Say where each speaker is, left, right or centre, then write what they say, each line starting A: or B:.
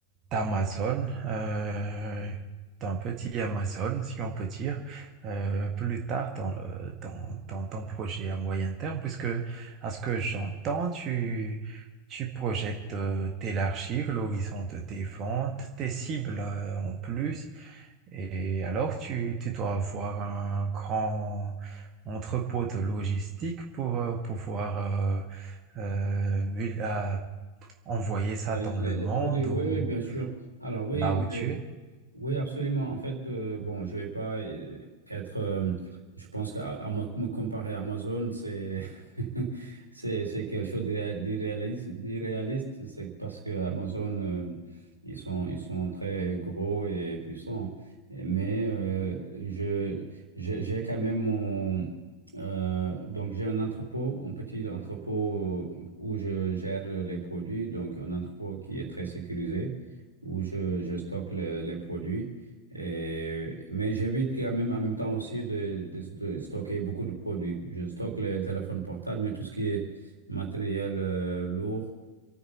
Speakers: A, on the right; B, on the right.
A: d'Amazon, euh, d'un petit Amazon, si on peut dire, euh, plus tard dans, le- dans, dans ton projet à moyen terme, puisque à ce que j'entends, tu, tu projettes euh, d'élargir l'horizon de tes ventes, tes cibles euh, en plus, et alors tu, tu dois avoir un grand entrepôt de logistique pour euh, pouvoir... euh, euh, mul- à envoyer ça
B: ouais,
A: dans
B: les,
A: le monde
B: les produits, oui,
A: ou
B: oui, bien sûr. Alors oui,
A: là où tu es?
B: Oui, absolument. En fait, euh, bon, je vais pas euh, être. euh, je pense qu'à à mo- me comparer à Amazon, c'est <laughs> c'est c'est quelque chose d'irréa- d'irréaliste. d'irréaliste. C'est parce que Amazon, euh, ils sont ils sont très gros et puissants. Mais euh, je j'ai j'ai quand même mon euh, donc j'ai un entrepôt, un petit entrepôt où je gère les produits. Donc un entrepôt qui est très sécurisé où je, je stocke le- les produits. Et- mais j'évite quand même en même temps aussi de, de- de stocker beaucoup de produits. Je stocke les téléphones portables, mais tout ce qui est matériel euh, lourd,